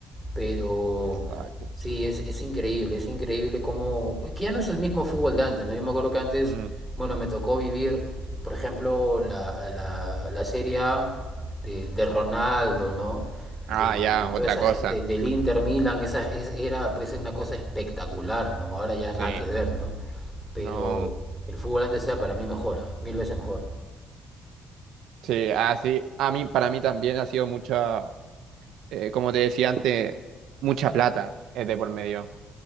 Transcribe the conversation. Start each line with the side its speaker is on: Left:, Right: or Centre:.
Centre: Pero
Right: Exacto.
Centre: sí, es, es increíble, es increíble cómo... Que ya no es el mismo fútbol de antes, ¿no? Yo me acuerdo que antes,
Right: Mm.
Centre: bueno, me tocó vivir, por ejemplo, la, la, la Serie A de, de Ronaldo, ¿no?
Right: Ah,
Centre: De,
Right: ya,
Centre: de toda
Right: otra
Centre: esa
Right: cosa.
Centre: ge- de- del Inter Milan, esa es- era pues una cosa espectacular, ¿no? Ahora ya nada
Right: Sí.
Centre: que ver, ¿no? Pero
Right: No.
Centre: el fútbol antes era para mí mejor, ¿ah? Mil veces mejor.
Right: Sí, así, a mí, para mí también ha sido mucha, eh, como te decía antes, mucha plata es de por medio.